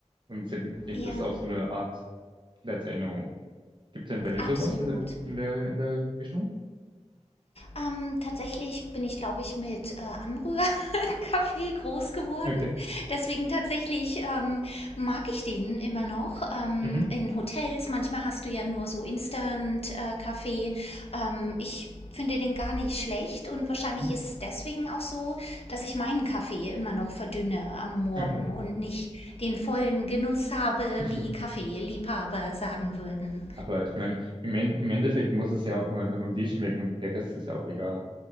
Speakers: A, on the right; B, on the left.
A: Und ich denke,
B: ja.
A: das ist auch so eine Art Kindheitserinnerung. Gibt es denn bei dir
B: Absolut.
A: sowas in der, in der, in der Richtung?
B: Ähm, tatsächlich bin ich, glaube ich, mit äh, Anrührkaffee <laughs> groß geworden.
A: Okay.
B: Deswegen tatsächlich ähm, mag ich den immer noch. Ähm,
A: Mhm.
B: in Hotels, manchmal hast du ja nur so Instant-Kaffee. ähm, ich finde den gar nicht schlecht und wahrscheinlich
A: Mhm.
B: ist es deswegen auch so, dass ich meinen Kaffee immer noch verdünne am Morgen
A: Okay.
B: und nicht den vollen Genuss habe,
A: <laughs>
B: wie Kaffeeliebhaber sagen würden.
A: Aber ich meine, im, En- im Endeffekt muss es ja auch nur einfach nur dir schmecken und der Rest ist ja auch egal,